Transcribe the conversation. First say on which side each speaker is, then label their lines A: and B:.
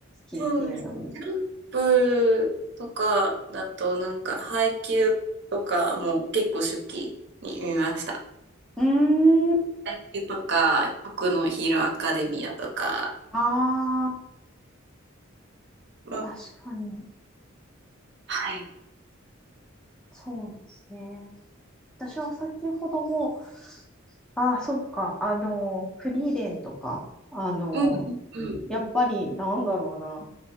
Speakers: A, in the centre; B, on the right (about 55°).
A: きっていうのも。
B: そうです。ジャンプとかだと、なんか、配給とかも結構初期に見ました。
A: うーん。
B: 配給とか、僕のヒーローアカデミアとか、
A: あ
B: まあ、
A: あ、確かに。
B: はい。
A: そうですね。私は先ほども、ああ、そっか。あの、フリーレンとか、あの、
B: うん、うん、
A: やっぱり、なんだろうな。